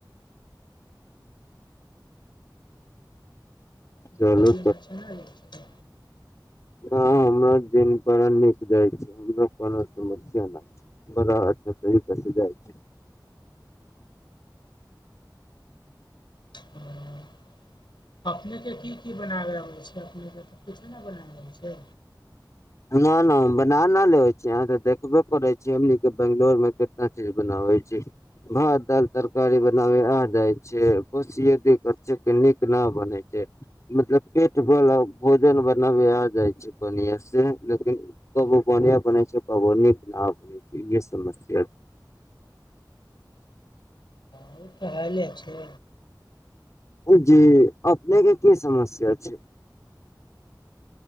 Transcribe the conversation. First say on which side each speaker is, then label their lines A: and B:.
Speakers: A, on the left; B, on the left.
A: अपने
B: चलू
A: की छै ने
B: ह हमरो दिन बड़ा नीक जाइ छै हमरो कोनो समस्या नहि छै बड़ा कस जा छै <inaudible>
A: ह अपनेके की की बना रहल छै अपनेके तऽ कछो नहि बना रहल छै
B: ना ना बना ना लेवे छी अहां तऽ देखबे करै छियै हमनी के बंगलोर में केितना चीज बनावै छियै भात दाल तरकारी बनावे आ जाय छै बस ये दिक्कत छै की नीक नाभ बनै छै मतलब पेट बला भोजन बनाबे आ जाइ छै बढ़िया से लेकिन कबो बड़ियां बनेै छै कबो नीक नाभ बने छै ये समस्या छै <unintelligible>
A: बहुत हैले छै
B: जी अपनेके की समस्या छै